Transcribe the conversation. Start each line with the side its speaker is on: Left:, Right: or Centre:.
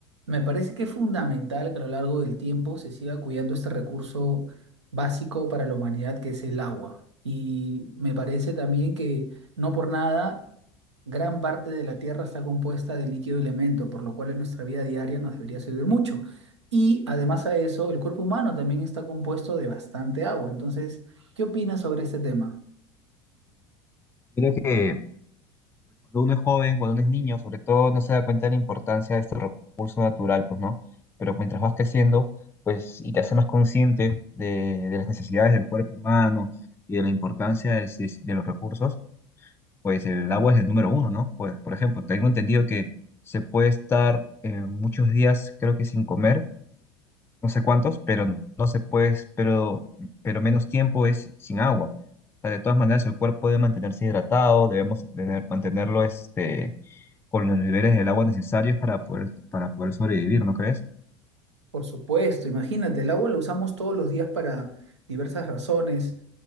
Right: Me parece que es fundamental que a lo largo del tiempo se siga cuidando este recurso básico para la humanidad que es el agua. Y me parece también que no por nada gran parte de la Tierra está compuesta de líquido y elemento, por lo cual en nuestra vida diaria nos debería servir mucho. Y además a eso, el cuerpo humano también está compuesto de bastante agua. Entonces, ¿qué opinas sobre este tema?
Left: Yo que cuando uno es joven, cuando uno es niño, sobre todo, no se da cuenta de la importancia de este recurso natural, pues, ¿no? Pero mientras vas creciendo, pues, y te haces más consciente de, de las necesidades del cuerpo humano y de la importancia de, de- de los recursos, pues el agua es el número uno, ¿no? Por, por ejemplo, tengo entendido que se puede estar eh, muchos días, creo que sin comer, no sé cuántos, pero no se puede, pero, pero menos tiempo es sin agua. O sea, de todas maneras, el cuerpo debe mantenerse hidratado, debemos tener- mantenerlo este, con los niveles del agua necesarios para poder, para poder sobrevivir, ¿no crees?
Right: Por supuesto, imagínate, el agua lo usamos todos los días para diversas razones,